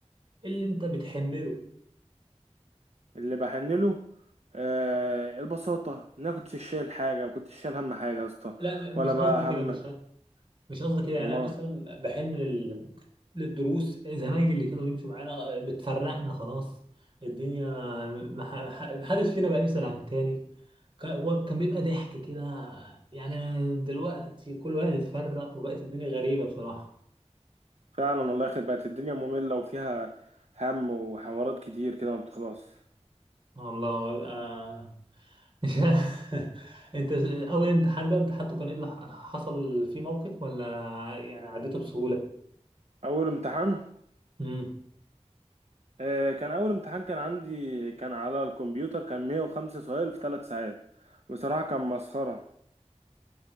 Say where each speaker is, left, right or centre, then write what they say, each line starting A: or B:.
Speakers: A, on the right; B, on the right.
A: إيه اللي انت بتحن له
B: اللي بحن له آه، البساطة إن أنا كنتش شايل حاجة ما كنتش شايل هم حاجة يا اسطى
A: لا م-
B: ولا
A: مش
B: بقى
A: قصدي كده
B: هم
A: مش مش قصدي كده يعني
B: أمال
A: انا مثلا بحن لل... للدروس زمايلي اللي كانوا بيمشوا معانا آه، بتفرقنا خلاص الدنيا ما ح- ح- محدش فينا بقى يسأل عن التاني كان هو كان بيبقى ضحك كده يعني دلوقتي كل واحد اتفرق وبقت الدنيا غريبة بصراحة
B: فعلا والله يخرب بقت الدنيا مملة وفيها هم وحوارات كتير كده ما بتخلص
A: والله ببقى مش <laughs> انت اول امتحان بقى امتحانته كان ايه اللي ح- حصل فيه موقف ولا ع- يعني عديته بسهولة
B: أول امتحان
A: امم
B: آه، كان أول امتحان كان عندي كان على الكمبيوتر كان 105 سؤال في ثلاث ساعات بصراحة كان مسخرة